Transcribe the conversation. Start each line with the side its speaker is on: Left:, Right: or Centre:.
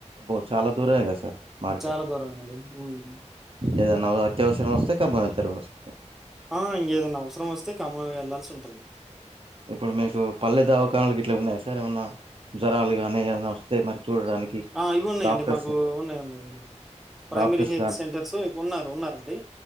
Right: ఒ చాలా దూరమే గా సార్ మార్కెట్
Centre: చాలా దూరమేనండి ఉమ్.
Right: ఏదైనా అత్యవసరం వస్తే ఖమ్మం ఎల్తారు కావొచ్చు
Centre: ఆ ఇంగేదైనా అవసరం వస్తే ఖమ్మం ఎ ళ్లాల్సింటుంది
Right: ఇప్పుడు మీకు పల్లె దవకానాలు ఇట్లా ఉన్నాయి సార్ ఏమన్నా జ్వరాలు గాని ఏదన్నా వస్తే మరి చూడడానికి
Centre: ఆ ఇవి ఉన్నాయండి
Right: డాక్టర్స్
Centre: మాకు ఉన్నాయి ఉన్నాయి ప్రైమరీ
Right: డాక్టర్స్
Centre: హెల్త్
Right: గానీ
Centre: సెంటర్స్ ఉన్నారు ఉన్నారండి